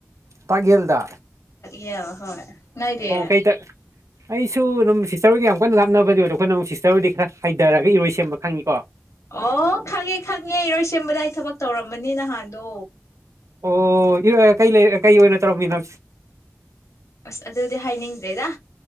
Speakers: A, on the right; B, on the left.
A: ꯇꯥꯛꯌꯦꯜꯗꯥ
B: ꯌꯥ ꯍꯣꯏ ꯅꯣꯏꯗꯤ
A: ꯀꯩ ꯑꯩꯁꯨ ꯑꯗꯨꯝ ꯁꯤꯁꯇꯔꯒ ꯌꯥꯝ ꯀꯟꯅ ꯂꯞꯅꯕꯗꯤ ꯑꯣꯏꯗꯦ ꯑꯩꯈꯣꯏꯅ ꯑꯃꯨꯛ ꯁꯤꯁꯇꯔꯗꯤ ꯈꯔ ꯍꯩ ꯔꯒ ꯏꯔꯣꯏꯁꯦꯝꯕ ꯈꯪꯉꯤꯀꯣ
B: ꯑꯣ ꯈꯪꯉꯦ ꯈꯪꯉꯦ ꯏꯔꯣꯏ ꯁꯦꯝꯕꯗ ꯑꯩ ꯊꯕꯛ ꯇꯧꯔꯝꯕꯅꯤ ꯅꯍꯥꯟꯗꯣ
A: ꯑꯣ ꯏꯔꯣꯏ ꯀꯩ ꯂꯩ ꯑ ꯀꯩ ꯑꯣꯏꯅ ꯇꯧꯔꯝꯃꯤ ꯅꯣ
B: ꯑꯁ ꯑꯗꯨꯗꯤ ꯍꯥꯏꯅꯤꯡꯗ꯭ꯔꯦꯗ